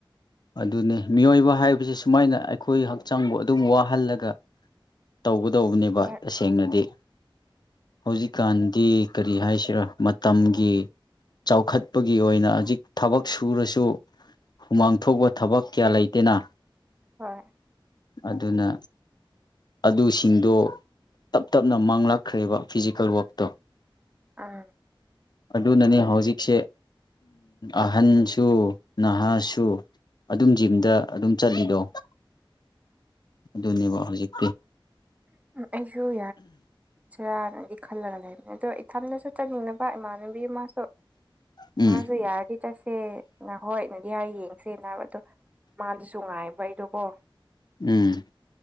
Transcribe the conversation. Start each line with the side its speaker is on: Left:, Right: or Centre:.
Left: ꯑꯗꯨꯅꯤ ꯃꯤꯑꯣꯏꯕ ꯍꯥꯏꯕꯁꯤ ꯁꯨꯃꯥꯏꯅ ꯑꯩꯈꯣꯏ ꯍꯛꯆꯥꯡꯕꯨ ꯑꯗꯨꯝ ꯋꯥꯍꯜꯂꯒ ꯇꯧꯒꯗꯧꯕꯅꯦꯕ
Right: ꯍꯣꯏ
Left: ꯇꯁꯦꯡꯅꯗꯤ ꯍꯧꯖꯤꯛꯀꯥꯟꯗꯤ
Right: ꯎꯝ
Left: ꯀꯔꯤ ꯍꯥꯏꯁꯤꯔꯣ ꯃꯇꯝꯒꯤ ꯆꯥꯎꯈꯠꯄꯒꯤ ꯑꯣꯏꯅ ꯍꯧꯖꯤꯛ ꯊꯕꯛ ꯁꯨꯔꯁꯨ ꯍꯨꯃꯥꯡ ꯊꯄ ꯊꯕꯛ ꯀꯌꯥ ꯂꯩꯇꯦꯅ
Right: ꯍꯣꯏ
Left: ꯑꯗꯨꯅ ꯑꯗꯨꯁꯤꯡꯗꯣ ꯇꯞ ꯇꯞꯅ ꯃꯥꯡꯂꯛꯈ꯭ꯔꯦꯕ ꯐꯤꯖꯤꯀꯦꯜ ꯋꯛꯇꯣ
Right: ꯎꯝ
Left: ꯑꯗꯨꯅꯅꯦ ꯍꯧꯖꯤꯛꯁꯦ ꯑꯍꯟꯁꯨ ꯅꯍꯥꯁꯨ ꯑꯗꯨꯝ ꯖꯤꯝꯗ ꯑꯗꯨꯝ ꯆꯠꯂꯤꯗꯣ ꯑꯗꯨꯅꯦꯕ ꯍꯧꯖꯤꯛ
Right: ꯑꯩꯁꯨꯁꯨ ꯌꯥꯔ ꯔꯅꯗꯤ ꯈꯜꯂꯒ ꯂꯩꯕꯅꯦ ꯑꯗꯣ ꯏꯊꯟꯗꯁꯨ ꯆꯠꯅꯤꯡꯅꯕ ꯏꯃꯥꯟꯅꯕꯤ ꯑꯃꯁꯁꯨ
Left: ꯎꯝ
Right: ꯃꯥꯁꯨ ꯌꯥꯔꯗꯤ ꯆꯠꯁꯦ ꯅ ꯍꯣꯏ ꯅꯗꯤ ꯌꯥꯔ ꯌꯦꯡꯁꯦ ꯅ ꯍꯥꯏꯕ ꯑꯗꯣ ꯃꯥꯗꯤꯁꯨ ꯉꯥꯏꯕ ꯑꯩꯗꯨꯀꯣ
Left: ꯎꯝ